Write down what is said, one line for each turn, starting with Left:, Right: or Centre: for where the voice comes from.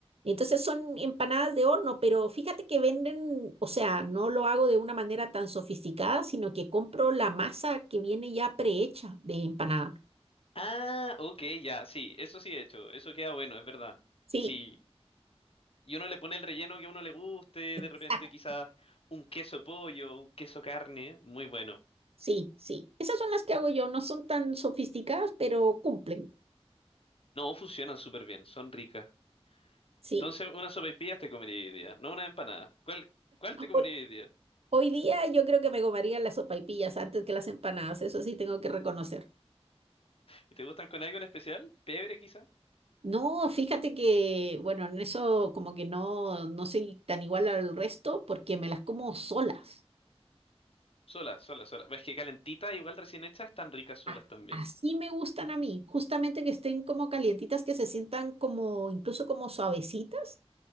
Right: Entonces son empanadas de horno, pero fíjate que venden, o sea, no lo hago de una manera tan sofisticada, sino que compro la masa que viene ya prehecha de empanada.
Left: Ah, ok, ya, sí, eso sí he hecho, eso queda bueno, es verdad.
Right: Sí,
Left: Sí, y uno le pone el relleno que a uno le guste,
Right: exacto,
Left: de repente quizás un queso pollo, un queso carne, muy bueno.
Right: sí, sí. Esas son las que hago yo, no son tan sofisticadas, pero cumplen.
Left: No, funcionan súper bien, son ricas.
Right: Sí.
Left: Entonces, una sopaipillas te comería hoy día, no una empanada. ¿Cuál, cuál te comería
Right: Ho-
Left: hoy día?
Right: Hoy día yo creo que me comería las sopaipillas antes que las empanadas, eso sí tengo que reconocer.
Left: ¿Y te gustan con algo en especial? ¿Pebre quizá?
Right: No, fíjate que, bueno, en eso como que no, no soy tan igual al resto porque me las como solas.
Left: Sola, sola, sola. Es que calentita, igual recién hecha, están ricas solas
Right: A-
Left: también.
Right: Así me gustan a mí, justamente que estén como calientitas, que se sientan como, incluso como suavecitas.